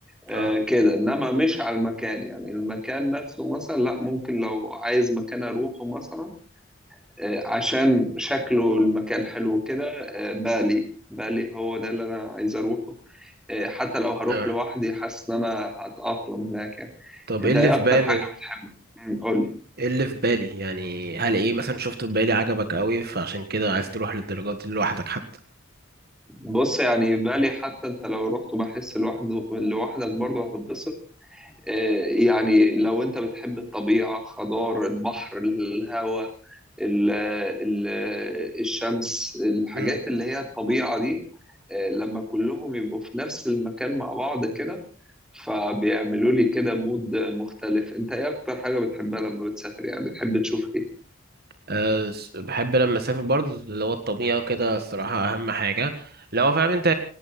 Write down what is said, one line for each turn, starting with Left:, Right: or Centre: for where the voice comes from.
Centre: آه،
Right: اه
Centre: كده انما مش على المكان يعني المكان نفسه مثلا لا ممكن لو عايز مكان اروحه مثلا آه، عشان شكله المكان حلو كده آه، بالي بالي هو ده اللي انا عايز اروحه آه، حتى لو هروح
Right: اه
Centre: لوحدي حاسس ان انا هتأقلم هناك يعني.
Right: طب
Centre: انت
Right: ايه اللي
Centre: ايه
Right: في
Centre: اكتر
Right: بالي
Centre: حاجه بتحبها مم، قول لي
Right: ايه اللي في بالي يعني هل ايه مثلا شفته في بالي عجبك قوي فعشان كده عايز تروح للدرجات دي لوحدك حتى
Centre: بص يعني بالي حتى انت لو رحت بحس لوحده لوحدك برضه هتتبسط آه، يعني لو انت بتحب الطبيعه خضار البحر الهواء ال- ال- الشمس الحاجات
Right: امم
Centre: اللي هي الطبيعه دي آه، لما كلهم يبقوا في نفس المكان مع بعض كده فبيعملوا لي كده مود مختلف انت ايه اكتر حاجه بتحبها لما بتسافر يعني بتحب تشوف ايه
Right: أه س- بحب لما اسافر برضه اللي هو الطبيعه كده الصراحه اهم حاجه لو فاهم انت